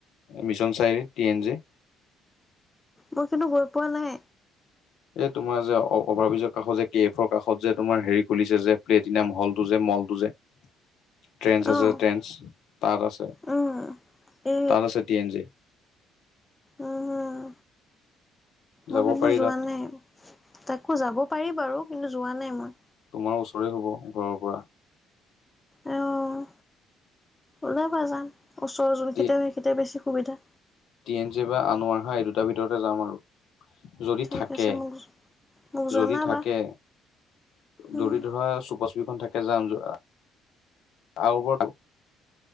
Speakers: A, on the left; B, on the left.
A: মিছন চাৰিৰিত টি এন জি।
B: মই কিন্তু গৈ পোৱা নাই।
A: এ তোমাৰ যে অভাৰ ব্ৰিজৰ কাষৰ যে গে এফৰ কাষত যে তোমাৰ হেৰি খুলিছে যে, প্লেটিনাম হলটো যে মলটো যে <inaudible> ট্ৰেনছ আছে,
B: অ'
A: ট্ৰেনছ তাত আছে।
B: উম, এ
A: তাত আছে, টি এন জি।
B: উম, হম,
A: যাব
B: মই কিন্তু
A: পাৰি
B: যোৱা
A: তাত
B: নাই, তাকো যাব পাৰি বাৰু কিন্তু যোৱা নাই মই।
A: তোমাৰ ওচৰে হ'ব ঘৰৰ পৰা।
B: অ', ওলাবা যাম, ওচৰৰ যোন
A: টি
B: কেইতা সেইকেইতা বেছি সুবিধা।
A: টি এন জি বা আনোৱাৰ হা এই দুটাৰ ভিতৰতে যাম আৰু, যদি
B: ঠিক
A: থাকে।
B: আছে মোক মোক জনাবা
A: যদি থাকে,
B: উম,
A: যদি ধৰা চুপা খন থাকে যাম, যোৱা আৰু ওপৰতো